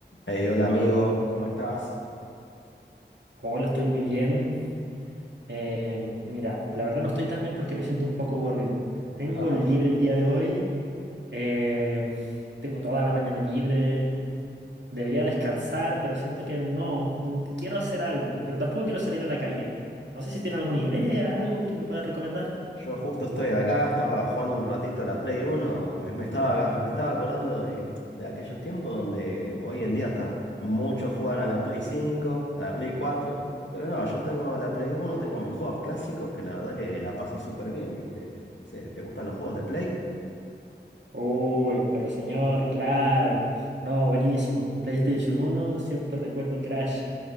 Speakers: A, on the left; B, on the right.
A: Hey, hola amigo, ¿cómo estás?
B: Hola, estoy muy bien. Eh, mira, la verdad no estoy tan bien porque me siento un poco aburrido. Tengo
A: <laughs> Ah,
B: libre el día de hoy. eh, tengo toda la mañana libre. Debería descansar, pero siento que no. mm, Quiero hacer algo, pero tampoco quiero salir a la calle. No sé si tiene alguna idea, algo que me pueda recomendar.
A: Yo justo estoy acá, estaba jugando un ratito a la Play Uno, me, me estaba, me estaba acordando de, de aquellos tiempos donde hoy en día hasta muchos juegan a la Play 5, a la Play 4, pero no, yo tengo la Play Uno, tengo mis juegos clásicos que la verdad que la paso súper bien, ¿viste? No sé, ¿te gustan los juegos de Play?
B: Uy, pero señor, claro. No, buenísimo. PlayStation uno, siempre recuerdo Crash.